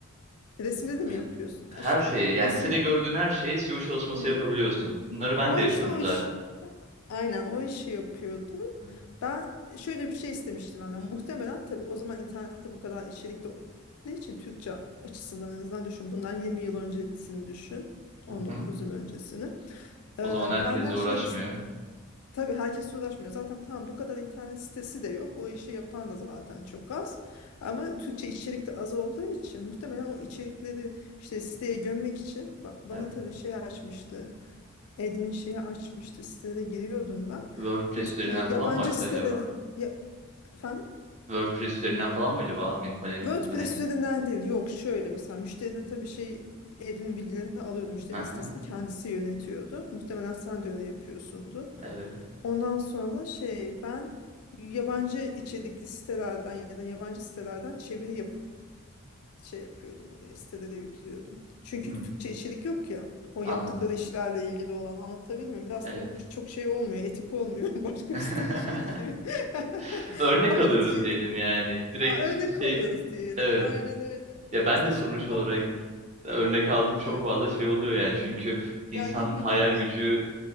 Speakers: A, on the left; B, on the right.
A: Resimde de mi
B: Evet.
A: yapıyorsun?
B: Her
A: Ha, İşte
B: şeyi yani
A: resim...
B: sitede gördüğün her şeye SEO çalışması
A: Hı
B: yapabiliyorsun.
A: hı.
B: Bunları ben
A: O
B: de yapıyorum
A: işte o iş.
B: zaten.
A: Aynen o işi yapıyordu.
B: Evet.
A: Ben şöyle bir şey istemiştim benden. Muhtemelen tabii o zaman internette bu kadar içerik de olduğu için Türkçe açısından en azından düşün. Bundan 20 yıl öncesini düşün. On
B: Hı
A: dokuz
B: hı.
A: yıl öncesini. Ee,
B: O zaman herkesle
A: benden
B: uğraşmıyor.
A: şey is- Tabii herkes uğraşmıyor. Zaten tam bu kadar internet sitesi de yok. O işi yapan da zaten çok az. Ama Türkçe içerik de az olduğu için muhtemelen o içerikleri işte siteye gömmek için ba- bana
B: Evet.
A: tabii şey açmıştı. Admin şeyi açmıştı. Sitelere giriyordum ben.
B: WordPress
A: İnt-
B: üzerinden
A: e, yabancı
B: falan mı açtı
A: siteleri
B: acaba?
A: ya- efendim?
B: WordPress üzerinden falan mı acaba admin paneli?
A: WordPress
B: panel?
A: üzerinden değil. Yok şöyle mesela müşterinin tabii şey admin bilgilerini alıyordu. Müşterinin
B: Hı hı.
A: sitesini kendisi yönetiyordu. Muhtemelen sen de öyle yapıyorsundu.
B: Evet.
A: Ondan sonra şey ben yabancı içerikli sitelerden ya da yabancı sitelerden çeviri yapıp şey yapıyordum oraya sitelere yüklüyordum. Çünkü
B: Hmm,
A: Türkçe içerik yok ya. O yaptıkları
B: anladım.
A: işlerle ilgili olan anlatabilir mi? Biraz
B: Evet.
A: tabii bu çok şey olmuyor, etik olmuyor. <laughs> Başka
B: <laughs>
A: bir sitenin şeyini çevir. <laughs>
B: örnek
A: Ama
B: alıyoruz
A: netice
B: diyelim yani. Direkt
A: Aa, örnek
B: ç- şey
A: alıyoruz
B: değil.
A: diyelim.
B: Evet.
A: Aynen öyle.
B: Ya ben
A: Aslında
B: de sonuç
A: şimdi
B: olarak
A: ben
B: örnek aldığım
A: evet.
B: çok fazla şey oluyor yani. Çünkü insanın
A: Yani ne
B: hayal
A: bileyim
B: gücü
A: i-